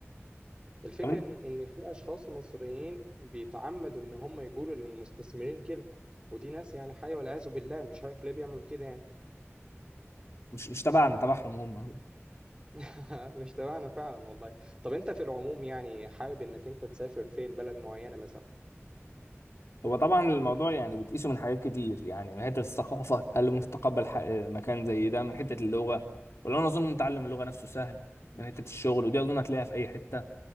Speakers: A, on the right; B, on the left.
A: الفكرة
B: طب انت
A: إن إن في أشخاص مصريين بيتعمدوا إن هم يقولوا للمستثمرين كده ودي ناس يعني حي والعياذ بالله مش عارف ليه بيعملوا كده يعني
B: مش مش تبعنا تبعهم هم
A: <laughs> مش تبعنا فعلا والله طب انت في العموم يعني حابب انك انت تسافر فين بلد معينة مثلا
B: هو طبعا الموضوع يعني بتقيسه من حاجات كتير يعني من حته الثقافه هل ممكن تتقبل ح- مكان زي ده من حته اللغه ولا انا اظن تعلم اللغه نفسه سهل من حته الشغل ودي اظن هتلاقيها في اي حته